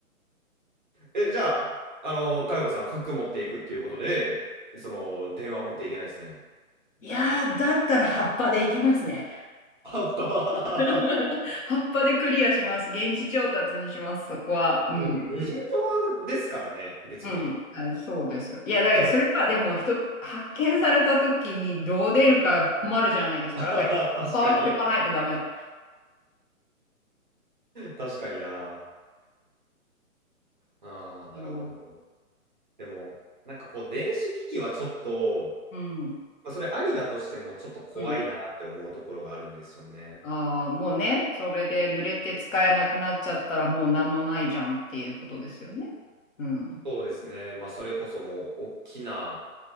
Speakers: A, on the right; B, on the left.
A: え、じゃあ、あの、かよこさん、服持っていくっていうことで、その、電話持っていけないですね。
B: いやー、だったら葉っぱでいきますね。
A: あっぱ
B: <laughs> 葉っぱでクリアします。現地調達にします、そこは。うん、
A: うん無人島ですからね、
B: うん、
A: 別に。
B: うん。あ、そうですよ。いや、だけど、
A: いけな
B: それはでも、人、発見された時にどう出るか困るじゃないですか。
A: <laughs>
B: だから、
A: 確かに。
B: 葉っぱは着とかないとダメだ。
A: 確かにな。ああ、なるほど。
B: なるほど。
A: でも、なんかこう、電子機器はちょっと、
B: うん、
A: まあ、それありだとしても、ちょっと怖いなって思うところがあるんですよね。
B: うん。ああ、もうね、それで濡れて使えなくなっちゃったら、もう何もないじゃんっていうことですよね。うん、
A: そうですね。まあ、それこそもう、大きな